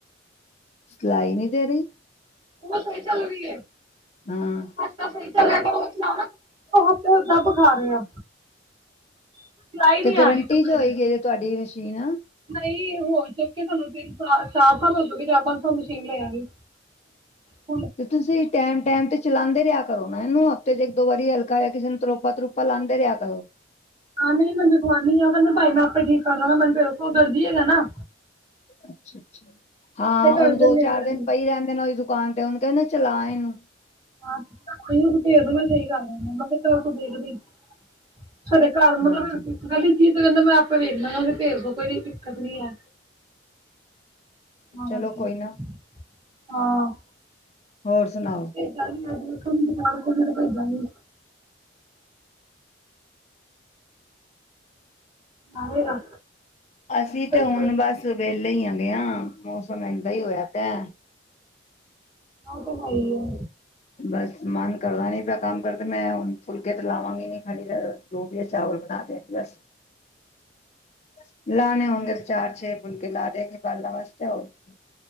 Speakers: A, on the left; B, on the right.
A: ਸਲਾਈ ਨੀ ਦੇ ਰਹੀ।
B: ਉਹ ਸਹੀ ਚਲਰੀ ਏ <inaudible>
A: ਹਾਂ
B: ਸਹੀ <inaudible> ਉਹ ਉੱਥੇ ਓ ਦਬ ਖਾ ਰਿਹਾ। ਸਿਲਾਈ ਨਹੀਂ
A: ਤੇ
B: ਆ
A: ਗਰੰਟੀ
B: ਰਹੀ ਕੱਪੜੇ
A: ਚ ਹੋਏਗੀੇ
B: ਦੀ
A: ਤੁਹਾਡੀ ਮਸ਼ੀਨ ਆ।
B: ਨਹੀਂ ਹੋ ਚੁੱਕੇ ਸਾਨੂੰ ਤਿੰਨ ਸਾਲ ਚਾਰ ਸਾਲ ਹੋਜੂਗੇ ਚਾਰ ਪੰਜ ਸਾਲ ਮਸ਼ੀਨ ਲਿਆ ਨੂੰ। ਹੂੰ।
A: ਤੇ ਤੁਸੀਂ ਟੈਮ ਟੈਮ ਤੇ ਚਲਾਂਦੇ ਰਿਹਾ ਕਰੋ। ਮੈਂ ਇਹਨੂੰ ਹਫ਼ਤੇ ਚ ਇੱਕ ਦੋ ਵਾਰੀ ਹਲਕਾ ਜਾ ਕਿਸੇ ਨੂੰ ਕਿਸੇ ਨੂੰ ਤਰੋਪਾ ਤਰੁਪਾ ਲਾਂਦੇ ਰਿਹਾ ਕਰੋ।
B: ਆ ਨਹੀਂ ਮੈ ਰਖਵਾਨੀ ਉਹ ਕਹਿੰਦੇ ਭਾਈ ਮੈਂ ਆਪੇ ਠੀਕ ਕਰ ਲਾਂਗਾ ਮਨੂੰ ਫੇਰ ਉ ਦਰਜੀ ਹੈਗਾ ਨਾ।
A: ਅੱਛਾ ਅੱਛਾ ਹਾਂ
B: ਤੇ ਘਰ
A: ਉਹਨੂੰ
B: ਦੇ
A: ਦੋ
B: ਨੇੜੇ
A: ਚਾਰ
B: ਦਾ
A: ਦਿਨ
B: ਹੀ
A: ਪਈ ਰਹਿਣ ਦੇਣਾ ਉਹਦੀ ਦੁਕਾਨ । ਤੇ ਓਹਨੂੰ ਕਹਿਣਾ ਚਲਾ ਇਹਨੂੰ।
B: <unintelligible> ਸਾਡੇ ਘਰ ਮਤਲਬ
A: ਹਾਂਜੀ
B: ਗਲੀ ਚੀ ਇ ਹੈ ਕਹਿੰਦਾ ਮੈਂ ਆਪੇ ਵੇਖਦਾਗਾ ਭੇਜ ਦੋ ਕੋਈ ਦਿੱਕਤ ਨੀ ਐ। <inaudible>
A: ਚਲੋ ਕੋਈ ਨਾ
B: ਹਾਂ।
A: ਹੋਰ ਸੁਣਾਓ
B: ਭੇਜਾਂਗੀਂ ਅਜ ਵੇਖਾਗੀਂ ਦੁਕਾਨ ਖੁੱਲੀ ਤੇ ਭੇਜਾਂਗੀਂ। ਆਵੇਗਾ
A: ਅਸੀਂ
B: ਸਹੀ
A: ਤੇ ਹੁਣ
B: ਹੋ ਜਾਊ
A: ਬਸ ਵੇਲ ਈ ਹੈਗੇ ਆ ਮੌਸਮ ਏਦਾਂ ਈ ਹੋਇਆ ਪਿਆ।
B: ਅਹ ਤਾਂ ਸਹੀ ਹੈ।
A: ਬਸ ਮਨ ਕਰਦਾ ਨੀ ਪਿਆ ਕੰਮ <unintelligible> ਤੇ ਮੈਂ ਹੁਣ ਫੁਲਕੇ ਤੇ ਲਾਵਾਂਗੀ ਨੀ ਖਾਲੀ ਫਿਰ ਜੋ ਵੀ ਐ ਚਾਵਲ ਬਣਾ ਤੇ ਬਸ । <inaudible> ਲਾਣੇੇ ਹੋਣਗੇ ਤੇ ਚਾਰ ਛੇ ਫੁਲਕੇ ਲਾ ਦੀਆਗੀਂ ਬਾਲਾਂ ਵਾਸਤੇ ਔਰ ਕੀ ।